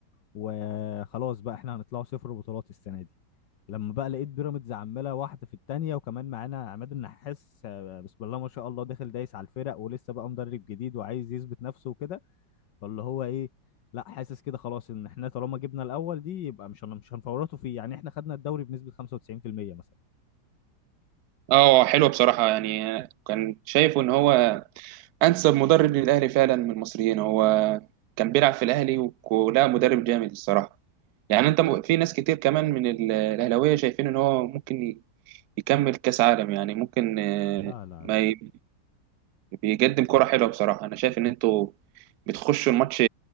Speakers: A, on the left; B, on the right.
A: وخلاص بقى احنا هنطلعوا صفر بطولات السنه دي لما بقى لقيت بيراميدز عماله واحده في التانيه وكمان معانا عماد النحاس آه، بسم الله ما شاء الله داخل دايس على الفرق ولسه بقى مدرب جديد وعايز يثبت نفسه وكده فاللي هو ايه لا حاسس كده خلاص ان احنا طالما جبنا الاول دي يبقى مش هن- مش هنفورطوا فيه يعني احنا خدنا الدوري بنسبه 95% مثلا
B: اه حلو بصراحة يعني كان شايفه ان هو انسب مدرب للاهلي فعلا من المصريين هو كان بيلعب في الاهلي وك- ولا مدرب جامد الصراحة يعني انت م- في ناس كتير كمان من ال- الاهلاوية شايفين ان هو ممكن ي- يكمل كاس عالم يعني ممكن آه،
A: لا لا
B: ما
A: لا
B: ي- بيقدم كرة حلوة بصراحة انا شايف ان انتوا بتخشوا الماتش